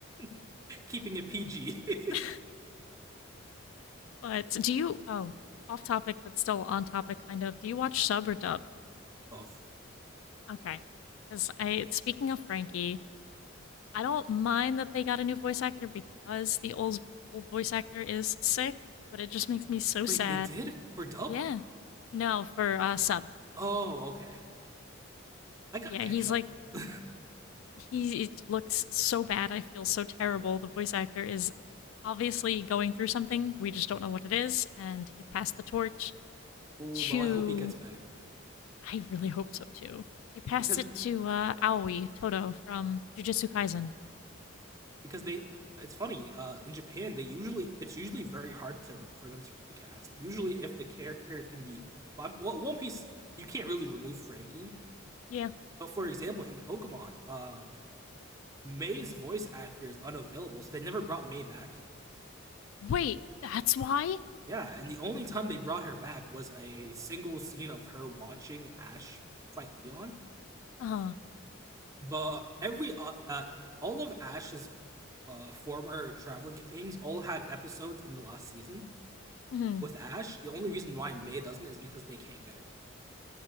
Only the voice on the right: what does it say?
<laughs> keeping it PG. <laughs>
Both.
Wait, they did for Dub?
Oh, okay. I gotta
catch
up.
<laughs>
Ooh,
well, I hope he gets better
because
because they it's funny uh in japan they usually it's usually very hard to for them to recast usually if the character can be well, well, one piece you can't really remove frankie
but for example in pokemon uh may's voice actor is unavailable so they never brought may back
yeah and the only time they brought her back was a single scene of her watching ash fight leon
but every uh, uh all of ash's uh former traveling companions all had episodes in the last season
with Ash, the only reason why Mei doesn't is because they can't get her.